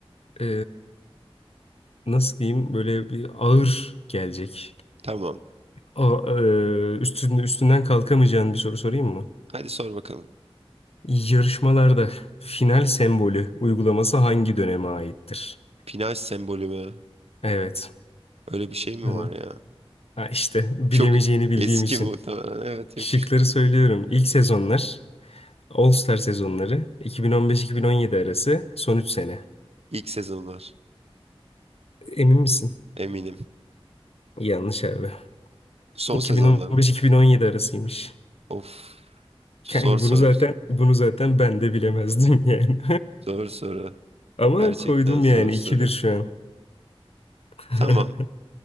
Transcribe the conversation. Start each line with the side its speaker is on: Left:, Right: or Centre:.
Left: e, nasıl diyeyim böyle bir ağır gelecek.
Right: Tamam.
Left: A- e, üstün, üstünden kalkamayacağın bir soru sorayım mı?
Right: Hadi sor bakalım.
Left: Yarışmalarda final sembolü uygulaması hangi döneme aittir?
Right: Pinaj sembolü mü?
Left: Evet.
Right: Öyle bir şey mi
Left: Hı.
Right: var ya?
Left: Ha işte
Right: Çok
Left: bilemeyeceğini bildiğim
Right: eski
Left: için.
Right: muhtemelen. Evet
Left: Şıkları
Right: yapıştır.
Left: söylüyorum. İlk sezonlar, All Star sezonları, 2015-2017 arası son 3 sene.
Right: İlk sezonlar.
Left: Emin misin?
Right: Eminim.
Left: Yanlış abi.
Right: Son
Left: 2015-2017
Right: sezonlar mı?
Left: arasıymış.
Right: Of. Zor
Left: Kanka
Right: soru.
Left: bunu zaten bunu zaten ben de bilemezdim yani.
Right: Zor soru.
Left: <laughs> Ama
Right: Gerçekten
Left: koydum
Right: zor
Left: yani
Right: soru.
Left: iki bir şu an. <laughs>
Right: Tamam.